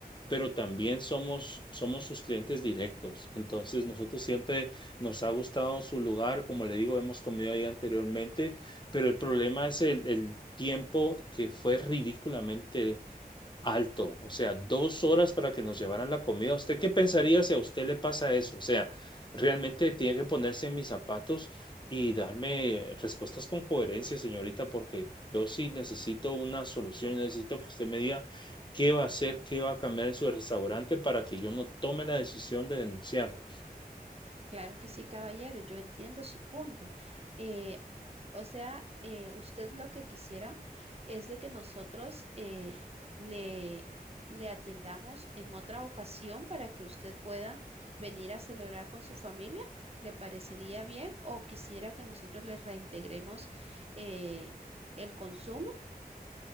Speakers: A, on the left; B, on the right.
A: pero también somos, somos sus clientes directos. Entonces, nosotros siempre nos ha gustado su lugar, como le digo, hemos comido ahí anteriormente, pero el problema es el, el tiempo que fue ridículamente alto, o sea, dos horas para que nos llevaran la comida. ¿Usted qué pensaría si a usted le pasa eso? O sea, realmente tiene que ponerse en mis zapatos y darme respuestas con coherencia, señorita, porque yo sí necesito una solución, necesito que usted me diga qué va a hacer, qué va a cambiar en su restaurante para que yo no tome la decisión de denunciarlos.
B: Claro que sí, caballero, yo entiendo su punto. Eh, o sea, eh, usted lo que quisiera es de que nosotros eh, le, le atendamos en otra ocasión para que usted pueda venir a celebrar con su familia. ¿Le parecería bien o quisiera que nosotros le reintegremos eh, el consumo?